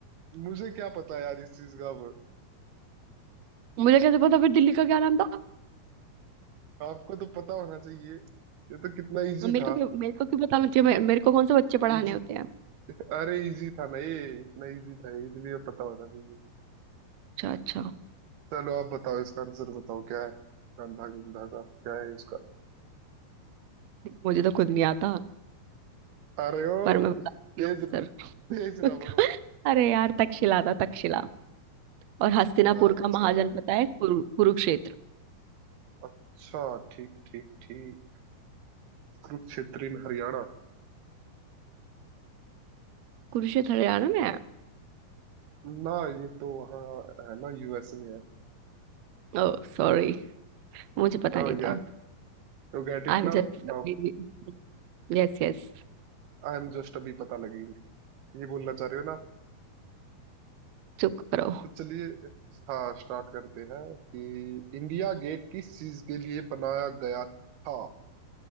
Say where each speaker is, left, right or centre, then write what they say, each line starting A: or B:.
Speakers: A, on the right (about 85°); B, on the right (about 70°).
A: मुझे क्या पता यार इस चीज का अब
B: मुझे कैसे पता फिर दिल्ली का क्या नाम था
A: आपको तो पता होना चाहिए ये तो कितना इजी
B: मेरे
A: था
B: को क्यों मेरे को क्यों बताना चाहिए मे- मेरे को कौन से बच्चे पढ़ाने
A: इजी
B: होते हैं
A: अरे इजी था ना ये इतना इजी था ये, इसलिए पता होना चाहिए
B: अच्छा अच्छा
A: चलो आप बताओ इसका आंसर बताओ क्या है गंधा गंधा का क्या है इसका
B: मुझे तो खुद नहीं आता
A: अरे ओ
B: पर मैं बताती
A: तेज
B: हूँ
A: तेज
B: आंसर <laughs>
A: ना बढ़ो
B: अरे यार तक्षशिला था तक्षशिला और हस्तिनापुर
A: सीधा अच्छा
B: का महाजन पता है कुरु, कुरुक्षेत्र
A: अच्छा ठीक ठीक ठीक कुरुक्षेत्र in हरियाणा
B: कुरुक्षेत्र हरियाणा में है
A: ना ये तो वहाँ है ना यूएस में है
B: ओह सॉरी मुझे पता
A: Oh
B: नहीं
A: yeah
B: था
A: you get
B: I
A: it
B: am
A: now
B: just
A: now
B: yes yes
A: I am just अभी पता लगी ये बोलना चाह रहे हो ना
B: चुप करो
A: तो चलिए हाँ स्टार्ट करते हैं कि इंडिया गेट किस चीज के लिए बनाया गया था